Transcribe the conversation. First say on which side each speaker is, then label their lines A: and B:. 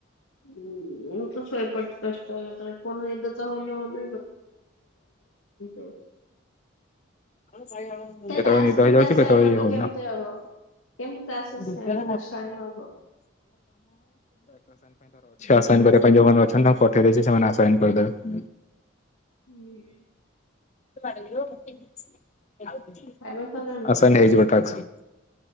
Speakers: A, on the left (about 80°); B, on the left (about 35°).
A: ହୁଁ ମୁଁ ତ ଶୋଇପଡ଼େ ଦଶ ଟା ବାଜିଲେ ନିଦ ତ ହେଉନି <unintelligible> <unintelligible>
B: କେତେବେଳେ
A: ଟାସ୍କ
B: ନିଦ
A: କେମିତି
B: ହେଇଯାଉଛିୁ
A: ଆସାଇନ
B: କେତେବେଳେ
A: ହବ
B: ଇଏ ହଉନି
A: କେମିତି
B: ନା। <unintelligible>
A: ହବ କେମିତି ଟାସ୍କ ଆସାଇନ
B: ସେ
A: ଆସାଇନ ହବ?
B: ଆସାଇନ୍ କରିବା ପାଇଁ ଯୋଉଁ ମାନେ ଅଛନ୍ତି। ତାଙ୍କୁ ପଠେଇ ଦେଇଛି ସେ ଆସାଇନ କରିଦେବେ।
A: ହୁଁ।
B: ଆସାଇନ
A: ଖାଇବା ସରିଲାଣି
B: ହେଇଯିବ ଟାକ୍ସ।